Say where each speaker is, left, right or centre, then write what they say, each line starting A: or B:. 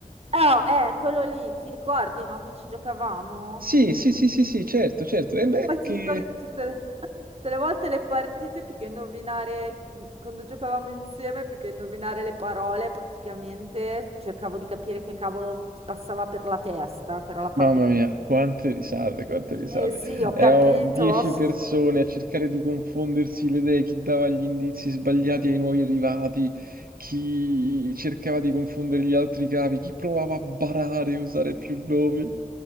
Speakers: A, on the right; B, on the right.
A: eh, oh, eh, quello lì, ti ricordi, no, che ci giocavamo?
B: Sì, sì, sì,
A: <laughs>
B: sì, sì, certo, certo. E beh,
A: Poi ti
B: che
A: ricordi che tutte le, tutte le volte le partite, più che indovinare, mhmm, quando giocavamo insieme, più che indovinare le parole, praticamente cercavo di capire che cavolo ti passava per la testa, che era la parte
B: Mamma
A: più
B: mia,
A: difficile.
B: quante risate, quante risate.
A: Eh sì, ho capito.
B: Eravamo dieci
A: <laughs>
B: persone a cercare di confondersi le idee, chi dava gli indizi sbagliati ai nuovi arrivati, chi cercava di confondere gli altri capi, chi provava a barare e usare più nomi.